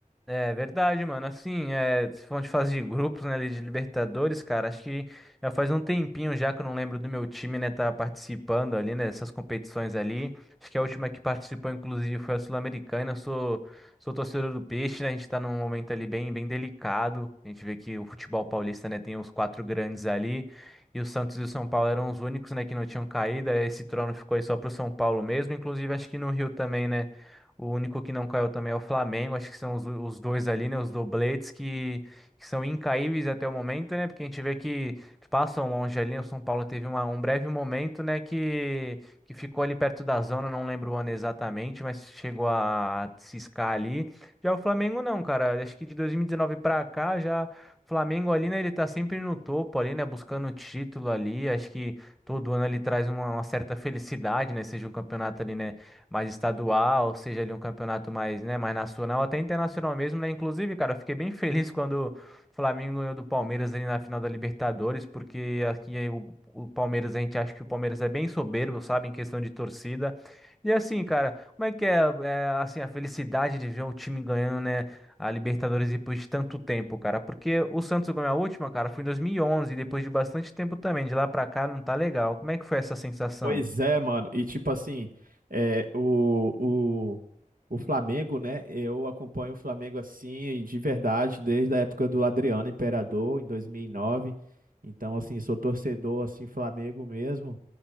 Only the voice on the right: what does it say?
Pois é, mano. E tipo assim, é, o, o, o Flamengo, né? Eu acompanho o Flamengo assim, de verdade, desde a época do Adriano Imperador, em dois mil e nove Então, assim, sou torcedor, assim, Flamengo mesmo.